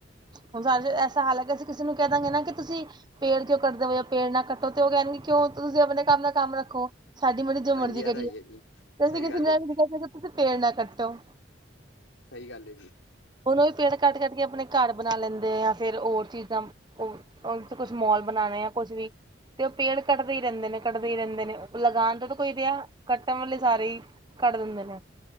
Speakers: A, on the right; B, on the left.
A: ਹੁਣ ਸਾਰੇ ਐਸਾ ਹਾਲ ਹੈਕ ਅਸੀਂ ਕਿਸੇ ਨੂੰ ਕਹਿ ਦਾਂਗੇ ਨਾ ਕਿ ਤੁਸੀਂ ਪੇੜ ਕਿਉਂ ਕੱਟਦੇ ਹੋ ਪੇੜ ਨਾ ਕੱਟੋ ਤੇ ਉਹ ਕਹਿਣਗੇ ਕਿਉਂ ਤੁਸੀਂ ਆਪਣੇ ਕੰਮ ਨਾਲ ਕੰਮ ਰੱਖੋ ਸਾਡੀ ਮਰਜੀ ਜੋ
B: ਹਾਂਜੀ
A: ਮਰਜ਼ੀ
B: ਇਹ
A: ਕਰੀਏ
B: ਤਾਂ ਹੈ ਜੀ
A: ਤੇ
B: ਸਹੀ
A: ਅਸੀਂ ਕਿਸੇ
B: ਗੱਲ
A: ਨੂੰ
B: ਹੈ ਜੀ
A: ਨੀ ਕਹਿ ਸਕਦੇ ਤੁਸੀਂ ਫੇਰ ਨਾ ਕੱਟੋ
B: ਸਹੀ ਗੱਲ ਏ ਜੀ
A: ਹੁਣ ਵੀ ਪੇੜ ਕੱਟ ਕਟ ਕੇ ਆਪਣੇ ਘਰ ਬਣਾ ਲੈਂਦੇ ਆ ਫਿਰ ਹੋਰ ਚੀਜ਼ਾਂ ਉਹ ਕੁਛ ਮੋਲ ਬਣਾਣਾ ਆ ਕੁਛ ਵੀ ਤੇ ਉਹ ਪੇੜ ਕੱਟਦੇ ਹੀ ਰਹਿੰਦੇ ਨੇ ਕੱਟਦੇ ਹੀ ਰਹਿੰਦੇ ਨੇ ਉਹ ਲਗਾਉਣ ਤੋਂ ਤਾਂ ਕੋਈ ਰਿਹਾ ਕੱਟਣ ਵਾਲੇ ਸਾਰੇ ਹੀ ਕੱਟ ਦੇਂਦੇ ਨੇ